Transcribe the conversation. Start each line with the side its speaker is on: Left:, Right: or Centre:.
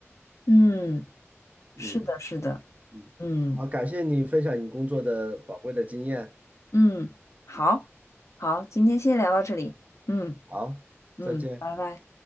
Left: 嗯，
Right: 嗯
Left: 是的，是的，
Right: 嗯，
Left: 嗯。
Right: 好，感谢你分享你工作的宝贵的经验。
Left: 嗯，好，好，今天先聊到这里。嗯
Right: 好，
Left: 嗯，
Right: 再见。
Left: 拜拜。